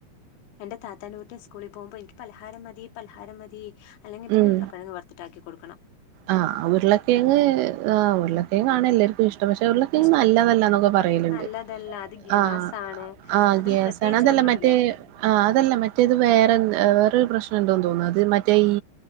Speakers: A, on the left (about 85°); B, on the right (about 85°).
A: എന്റെ താത്താന്റെ കുട്ടി സ്കൂളിൽ പോവുമ്പോ എനിക്ക് പലഹാരം മതി പലഹാരം മതി അല്ലെങ്കിൽ പിന്നെ
B: ഉം
A: ഉരുള കിഴങ്ങ് വറത്തിട്ടാക്കി കൊടുക്കണം
B: ആഹ് ഉരുള കിഴങ്ങ് ആ ഉരുള കിഴങ്ങാണ് എല്ലാർക്കും ഇഷ് പക്ഷെ ഉരുള കിഴങ്ങ്
A: ഇഷ്ടം
B: നല്ലതല്ലാന്ന് പറയല്ണ്ട്
A: നല്ലതല്ല അത് ഗ്യാസാണ്
B: ആഹ് ആഹ്
A: അതിൽ
B: ഗ്യാസ്
A: പ്രത്യേകിച്ച്
B: തണതല്ലേ
A: ഒന്നുമില്ല
B: മറ്റേ ആ അതല്ല മറ്റേത് വേറെ വേറൊരു പ്രശ്നണ്ടന്ന് തോന്നുന്നു അത് മറ്റേ ഈ